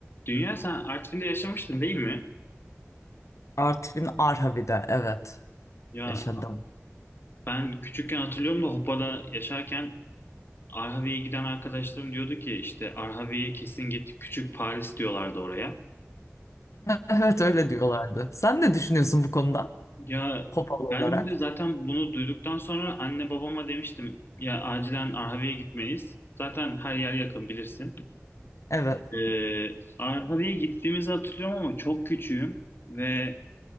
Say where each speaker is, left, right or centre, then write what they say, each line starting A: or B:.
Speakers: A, on the left (about 50°); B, on the left (about 80°).
A: Dünya sen Artvin'de yaşamıştın değil mi?
B: Artvin Arhavi'de evet
A: Ya
B: yaşadım. <laughs>
A: ben küçükken hatırlıyorum da Hopa'da yaşarken Arhavi'ye giden arkadaşlarım diyordu ki işte Arhavi'ye kesin git küçük Paris diyorlardı oraya.
B: Evet öyle diyorlardı. Sen ne düşünüyorsun bu konuda?
A: Ya
B: Hopalı
A: ben
B: olarak.
A: de zaten bunu duyduktan sonra anne babama demiştim ya acilen Arhavi'ye gitmeliyiz. Zaten her yer yakın bilirsin.
B: Evet.
A: Ee, Arhavi'ye gittiğimizi hatırlıyorum ama çok küçüğüm ve